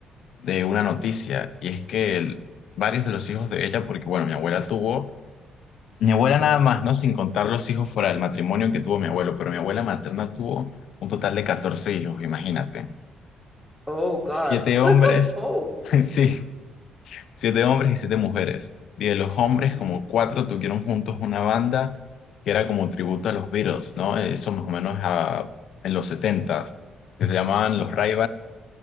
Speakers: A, on the left (about 70°); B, in the centre.
A: de una noticia. Y es que el- varios de los hijos de ella, porque bueno, mi abuela tuvo Mi abuela nada más, ¿no? Sin contar los hijos fuera del matrimonio que tuvo mi abuelo, pero mi abuela materna tuvo un total de 14 hijos, imagínate.
B: Oh, God.
A: Siete hombres,
B: Oh.
A: <laughs> sí, siete hombres y siete mujeres. Y de los hombres, como cuatro tuvieron juntos una banda que era como tributo a los Beatles, ¿no? Eso más o menos a- en los setentas, que se llamaban los ray